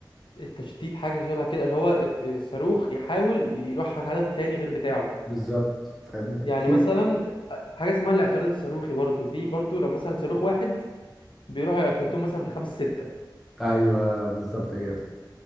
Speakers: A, on the left; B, in the centre.
A: التشتيت حاجة شبه كده ان هو الت- الصاروخ يحاول يروح عن هدف تاني غير بتاعه
B: بالظبط فاهمني
A: يعني
B: في
A: مثلا حاجة اسمها الاعتراض الصاروخي برضه دي برضه لو مثلا صاروخ واحد بيروحوا يعترضوه مثلا بخمس ستة
B: ايوه بالظبط كده